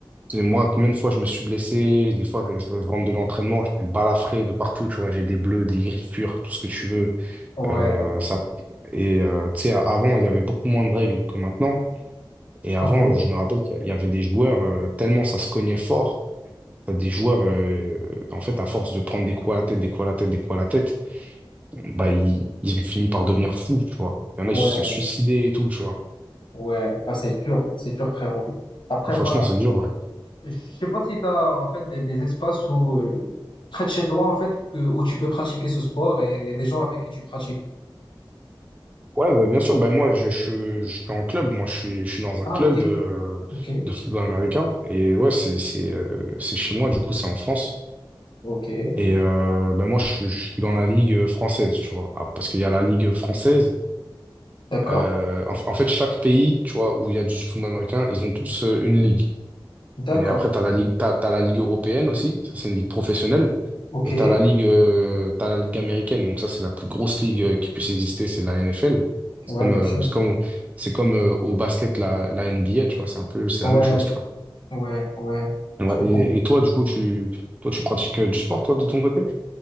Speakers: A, on the right; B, on the left.
A: et moi, combien de fois je me suis blessé, des fois je, je rentre de l'entraînement, je suis balafré de partout, tu vois, j'ai des bleus, des griffures, tout ce que tu veux.
B: ouais,
A: Euh, ça... Et euh, tu sais, avant, il y avait beaucoup moins de règles que maintenant. Et avant,
B: ok,
A: je me rappelle qu'il y avait des joueurs, euh, tellement ça se cognait fort, t'as des joueurs, euh, en fait, à force de prendre des coups à la tête, des coups à la tête, des coups à la tête, bah, ils, ils ont fini par devenir fous, tu vois. Il y en a,
B: ouais.
A: ils se sont suicidés et tout, tu vois.
B: Ouais, ah, c'est dur, c'est dur, frérot. Après,
A: Ah, franchement,
B: voilà.
A: c'est dur, ouais.
B: Je je sais pas si tu as en fait des, des espaces où, euh, près de chez toi, en fait, que, où tu peux pratiquer ce sport et, des gens avec qui tu pratiques.
A: Ouais, bah, bien sûr, bah, moi, je, je, je suis en club, moi, je suis, je suis dans un
B: Ah,
A: club
B: ok,
A: euh,
B: ok,
A: de football américain, et ouais, c'est, c'est, euh, c'est chez moi, du coup, c'est en France.
B: ok.
A: Et euh, bah, moi, je, suis je suis dans la ligue française, tu vois, Ah, parce qu'il y a la ligue française.
B: D'accord,
A: euh, en, en fait, chaque pays, tu vois, où il y a du football américain, ils ont tous euh, une ligue.
B: d'accord.
A: Mais après, t'as la ligue, t'as, t'as la ligue européenne aussi. Ça, c'est une ligue professionnelle.
B: Ok,
A: Et t'as la ligue, euh, t'as la ligue américaine. Donc ça, c'est la plus grosse ligue euh, qui puisse exister. C'est la NFL. C'est
B: ouais,
A: comme,
B: bien
A: euh,
B: sûr.
A: c'est comme, c'est comme euh, au basket la, la NBA. Tu vois, c'est un peu, c'est
B: Ouais,
A: la même chose. Tu vois.
B: ouais, ouais.
A: Ouais,
B: Je comprends.
A: et, et toi, du coup, tu, toi, tu pratiques euh, du sport, toi, de ton côté?